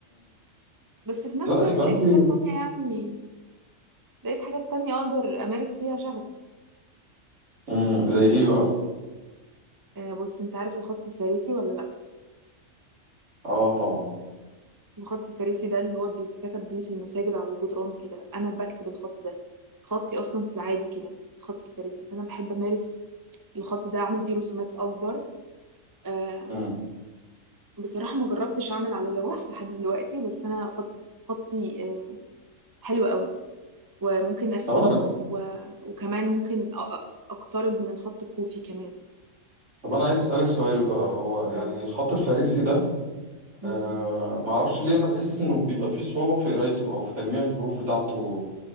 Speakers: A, on the right; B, on the right.
A: بس في نفس
B: لا
A: الوقت
B: يبقى
A: لقيت
B: انت
A: حاجات تانية يعني لقيت حاجات تانية اقدر امارس فيها شغفي
B: امم زي ايه بقى
A: آه، بص انت عارف الخط الفارسي ولا لا
B: اه طبعا
A: الخط الفارسي ده اللي هو بيتكتب بيه في المساجد على الجدران وكده انا بكتب الخط ده خطي اصلا في العادي كده الخط الفارسي فانا بحب امارس الخط ده اعمل بيه رسومات اكبر آم،
B: امم
A: بصراحة ما جربتش أعمل على لوح لحد دلوقتي بس أنا خطي خطي آه، حلو قوي وممكن أرسمه
B: طب انا
A: و... وكمان ممكن أ- أ- أقترب من الخط الكوفي كمان
B: طب انا عايز اسالك سؤال بقى هو
A: مم.
B: يعني الخط الفارسي ده
A: مم.
B: آه ما اعرفش ليه انا بحس انه بيبقى فيه صعوبة في قرايته او في تجميع الحروف بتاعته